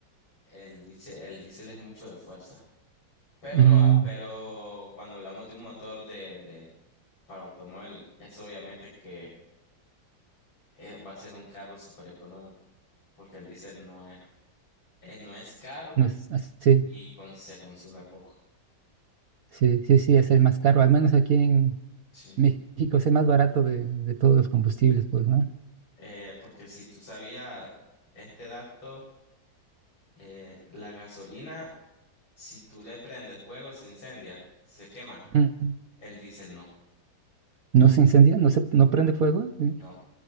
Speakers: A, on the left; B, on the right.
A: El diésel, el diésel es mucho de fuerza, pero
B: Mm,
A: lo ha- pero cuando hablamos de un motor de, de para automóvil, es obviamente que eh, va a ser un carro súper económico, porque el diésel no es, eh, no es caro
B: no es así.
A: y con, se consume poco.
B: Sí, sí, sí, es el más caro. Al menos aquí en
A: Sí.
B: México es el más barato de, de todos los combustibles, pues, ¿no?
A: Eh, porque si tú sabías este dato, eh, la gasolina, si tú le prendes fuego, se incendia, se quema.
B: Mm.
A: El diésel no.
B: ¿No se incendia? ¿No se, no prende fuego? ¿Sí?
A: No.